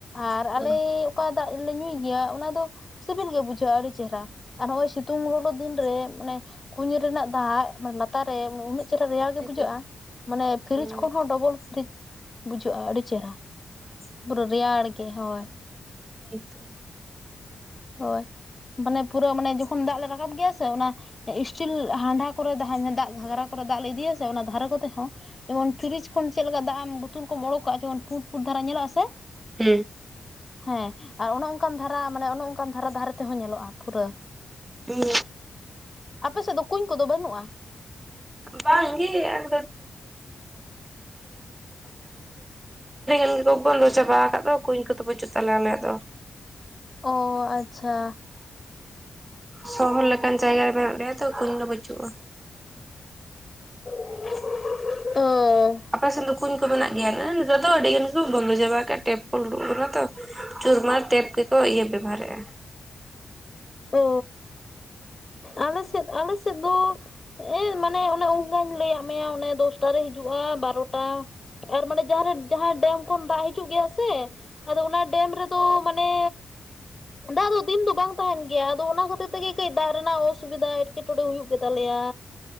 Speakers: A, on the left (about 30°); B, on the right (about 20°).
A: ᱟᱨ ᱟᱞᱮ
B: ᱚ
A: ᱚᱠᱟ ᱫᱟᱜ ᱞᱮ ᱧᱩᱭ ᱜᱮᱭᱟ ᱚᱱᱟ ᱫᱚ ᱥᱤᱵᱤᱞ ᱜᱮ ᱵᱩᱡᱷᱟᱹᱜᱼᱟ ᱟᱹᱰᱤ ᱪᱮᱦᱨᱟ ᱟᱨ ᱱᱚᱜᱼᱚᱭ ᱥᱤᱛᱩᱝ ᱞᱚᱞᱚ ᱫᱤᱱ ᱨᱮ ᱢᱟᱱᱮ ᱠᱩᱧ ᱨᱮᱱᱟᱜ ᱫᱟᱜ ᱢᱟᱱᱮ ᱞᱟᱛᱟᱨ ᱨᱮ ᱩᱱᱟᱹᱜ ᱪᱮᱦᱨᱟ ᱨᱮᱭᱟᱲ ᱜᱮ
B: ᱦᱮᱸᱛᱚ
A: ᱵᱩᱡᱷᱟᱹᱜᱼᱟ ᱢᱟᱱᱮ ᱯᱷᱤᱨᱤᱡ
B: ᱚ
A: ᱠᱷᱚᱱ ᱦᱚᱸᱚᱸ ᱰᱚᱵᱚᱞ ᱯᱷᱤᱨᱤᱡᱽ ᱵᱩᱡᱷᱟᱹᱜᱼᱟ ᱟᱹᱰᱤ ᱪᱮᱦᱨᱟ ᱯᱩᱨᱟᱹ ᱨᱮᱭᱟᱲ ᱜᱮ, ᱦᱚᱸ᱾
B: ᱦᱳᱭ ᱛᱚ᱾
A: ᱦᱚᱭ, ᱵᱟᱱᱮ ᱯᱩᱨᱟᱹ ᱢᱟᱱᱮ ᱡᱚᱠᱷᱚᱱ ᱫᱟᱜ ᱞᱮ ᱨᱟᱠᱟᱵ ᱜᱮᱭᱟ ᱥᱮ ᱚᱱᱟ ᱚ ᱤᱥᱴᱤᱞ ᱦᱟᱱᱰᱦᱟ ᱠᱚᱨᱮ ᱫᱟᱦᱟᱸ ᱫᱟᱜ ᱜᱷᱟᱸᱜᱽᱨᱟ ᱠᱚᱨᱮ ᱫᱟᱜ ᱞᱮ ᱤᱫᱤᱭᱟ ᱥᱮ ᱚᱱᱟ ᱫᱷᱟᱨᱮ ᱠᱚᱛᱮ ᱦᱚᱸ ᱮᱢᱚᱱ ᱯᱷᱤᱨᱤᱪ ᱠᱷᱚᱱ ᱪᱮᱜ ᱞᱮᱠᱟ ᱫᱟᱜ ᱮᱢ ᱵᱩᱛᱩᱞ ᱠᱚᱢ ᱚᱲᱳᱠ ᱠᱟᱜᱼᱟ ᱡᱮᱭᱚᱱ ᱯᱩᱸᱰ ᱯᱩᱸᱰ ᱫᱷᱟᱨᱟ ᱧᱮᱞᱚᱜᱼᱟ ᱥᱮ?
B: ᱦᱮ᱾
A: ᱦᱮᱸ ᱟᱨ ᱚᱱᱮ ᱚᱱᱠᱟᱱ ᱫᱷᱟᱨᱟ ᱢᱟᱱᱮ ᱚᱱᱮ ᱚᱱᱠᱟᱱ ᱫᱷᱟᱨᱟ ᱫᱷᱟᱨᱮ ᱛᱮᱦᱚᱸ ᱧᱮᱞᱚᱜᱼᱟ ᱯᱩᱨᱟᱹ
B: ᱦᱩᱸ
A: ᱟᱯᱮ ᱥᱮᱫ ᱫᱚ ᱠᱩᱧ ᱠᱚᱫᱚ ᱵᱟᱹᱱᱩᱜᱼᱟ?
B: ᱵᱟᱝ ᱜᱤ <unintelligible> ᱟᱹᱰᱤ <unintelligible> ᱞᱩ ᱪᱟᱵᱟ ᱟᱠᱟᱫ ᱫᱚ ᱠᱩᱧ ᱠᱚᱫᱚ ᱵᱟᱹᱪᱩᱜ ᱛᱟᱞᱮᱭᱟ ᱟᱞᱮᱭᱟᱜ ᱫᱚ᱾
A: ᱚ ᱟᱪᱷᱟ
B: ᱥᱚᱦᱚᱨ ᱞᱮᱠᱟᱱ ᱡᱟᱭᱜᱟ ᱨᱮ <unintelligible> ᱛᱚ ᱠᱩᱧ ᱫᱚ ᱵᱟᱹᱪᱩᱜᱼᱟ᱾
A: <inaudible> ᱚᱻ᱾
B: ᱟᱯᱮ ᱥᱮᱱ ᱫᱚ ᱠᱩᱧ ᱠᱚ ᱢᱮᱱᱟᱜ ᱜᱮᱭᱟ ᱟᱹᱻ ᱱᱮᱛᱟᱨ ᱫᱚ ᱟᱹᱰᱤ ᱜᱟᱱ ᱜᱮᱠᱚ ᱵᱚᱱᱫᱚ ᱪᱟᱵᱟ ᱟᱠᱟᱫ ᱴᱮᱯ ᱠᱚᱞ ᱩᱰᱩᱜ ᱟᱠᱟᱱᱟ ᱛᱚ᱾ ᱪᱩᱨᱢᱟᱨ ᱴᱮᱯ ᱜᱮᱠᱚ ᱤᱭᱟᱹ ᱵᱮᱵᱚᱦᱟᱨᱮᱫᱼᱟ
A: ᱚ᱾ ᱟᱞᱮ ᱥᱮᱫ ᱟᱞᱮ ᱥᱮᱫ ᱫᱚ ᱮᱭ ᱢᱟᱱᱮ ᱚᱱᱮ ᱚᱱᱠᱟᱧ ᱞᱟᱹᱭ ᱟᱜ ᱢᱮ ᱚᱱᱮ ᱫᱚᱥᱴᱟᱨᱮ ᱦᱤᱡᱩᱜᱼᱟ, ᱵᱟᱨᱚᱴᱟ ᱟᱨ ᱢᱟᱱᱮ ᱡᱟᱦᱟᱸᱨᱮ ᱡᱟᱦᱟᱸᱭ ᱰᱮᱢ ᱠᱷᱚᱱ ᱫᱟᱜ ᱦᱤᱡᱩᱜ ᱜᱮᱭᱟ ᱥᱮ ᱟᱫᱚ ᱚᱱᱟ ᱰᱮᱢ ᱨᱮᱫᱚ ᱢᱟᱱᱮ ᱫᱟᱜ ᱫᱚ ᱫᱤᱱ ᱫᱚ ᱵᱟᱝ ᱛᱟᱦᱮᱸᱱ ᱜᱮᱭᱟ ᱟᱫᱚ ᱚᱱᱟ ᱠᱷᱟᱹᱛᱤᱨ ᱛᱮᱜᱮ ᱠᱟᱹᱡ ᱫᱟᱜ ᱨᱮᱱᱟᱜ ᱚᱥ ᱥᱩᱵᱤᱫᱟ ᱮᱴᱠᱮᱼᱴᱚᱬᱮ ᱦᱩᱭᱩᱜ ᱜᱮᱛᱟ ᱞᱮᱭᱟ᱾